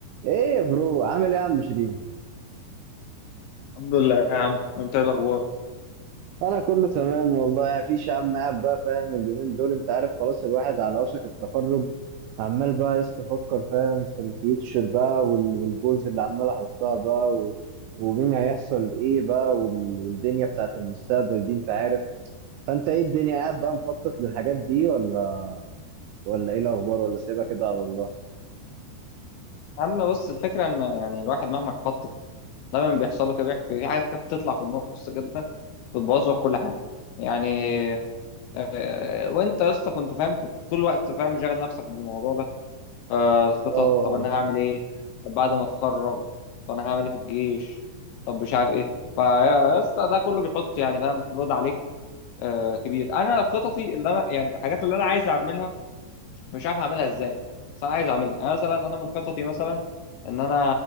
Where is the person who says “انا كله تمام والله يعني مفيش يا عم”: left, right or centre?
Right